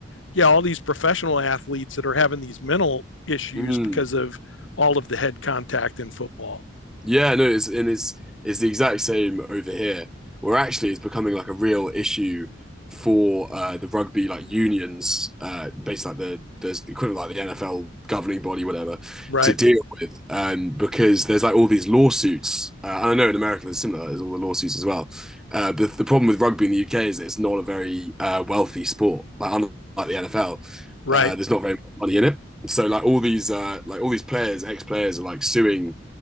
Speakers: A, on the left; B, in the centre.
A: yeah all these professional athletes that are having these mental issues
B: mm.
A: because of all of the head contact in football
B: Yeah, no, it's and it's it's the exact same over here, where actually it's becoming like a real issue for uh, the rugby like unions, uh, based like the there's the equivalent like the NFL governing body, whatever,
A: right
B: to deal with, um, because there's like all these lawsuits. Uh, and I know in America there's similar, there's all the lawsuits as well. Uh, but the problem with rugby in the UK is that it's not a very uh, wealthy sport, like unlike the NFL.
A: right
B: Uh, there's not very much money in it. So like all these uh, like all these players, ex players are like suing